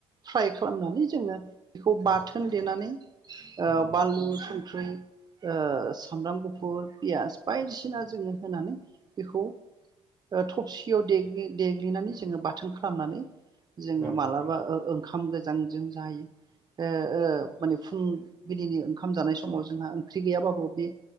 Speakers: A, on the right; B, on the left.
A: फ्राय खालामनानै जोङो बेखौ
B: नंगौ
A: बाथोन देनानै
B: नंगौ
A: बानलु ओ संख्रै ओ सामब्राम गुफुर पियास बायदिसिना जोङो होनानै बेखौ ओ थबसियाव देग्लि देग्लिनानै जोङो बाथोन खालामनानै जोङो
B: नंगौ
A: मालाबा
B: नोंथां
A: ओ ओंखामजो जांजों जायो ओ ओ माने फुंबिलिनि ओंखाम जानाय समाव जोंहा ओंख्रि गैयाबाबो बे